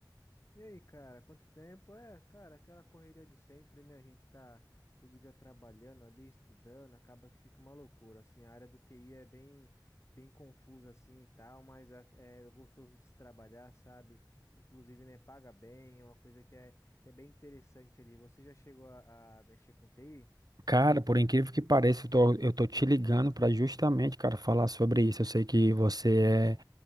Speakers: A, on the left; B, on the right.
A: E aí, cara, quanto tempo? É, cara, aquela correria de sempre, né? A gente tá todo dia trabalhando ali, estudando, acaba que fica uma loucura. Assim, a área do TI é bem, bem confusa assim e tal, mas a- é gostoso de se trabalhar, sabe? Inclusive, né, paga bem, é uma coisa que é, que é bem interessante ali. Você já chegou a, a mexer com TI?
B: Cara, por incrível que pareça, eu tô, eu tô te ligando para justamente, cara, falar sobre isso. Eu sei que você é,